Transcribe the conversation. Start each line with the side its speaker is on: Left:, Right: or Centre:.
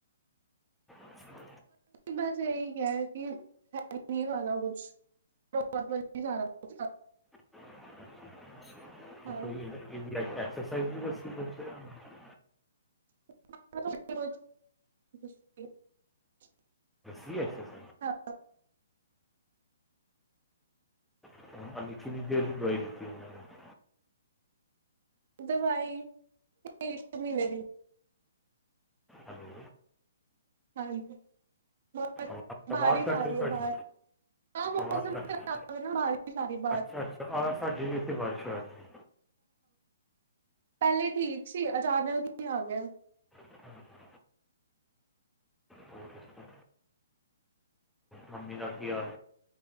Centre: ਅੱਛਾ
Right: ਬਸ ਇਹੀ ਕ ਕਿ ਹੈ ਨਹੀਂ ਖਾ ਕੁਛ ਤ ਵੀ ਸਾਰਾ ਕੁ
Centre: <unintelligible>
Right: ਹਾਂ <unintelligible>
Centre: ਸੀ ਐਕਸਸ
Right: ਹਾਂ
Centre: <unintelligible>
Right: ਦਵਾਈ ਲੀ ਇਸ ਮਹੀਨੇ ਦੀ
Centre: ਹਲੋ
Right: ਹਾਂਜੀ ਬ
Centre: ਆਵਾਜ਼
Right: ਬਾਹਰ
Centre: ਆਵਾਜ਼ ਕੱਟ
Right: ਜਾ ਰਹੀ
Centre: ਤੁਹਾਡੀ
Right: ਹੈ ਬਾਹਰ ਹ ਮੌਸਮ
Centre: ਆਵਾਜ਼ ਕੱਟ
Right: ਖਰਾਬ
Centre: ਰਹੀ।
Right: ਆ ਬਾਰਿਸ਼ ਆ ਰਹੀ ਬਾਰ
Centre: ਅੱਛਾ ਅੱਛਾ ਆ ਸਾਡੇ ਵੀ ਇੱਥੇ ਬਾਰਿਸ਼ ਆ ਰਹੀ
Right: ਪਹਿਲੇ ਠੀਕ ਸੀ ਅਚਾਨਕ ਹੀ ਆ ਗਿਆ
Centre: ਹੈ ਹੋਰ ਦੱਸੋ ਹਾਂਜੀ ਕੀ ਹਾਲ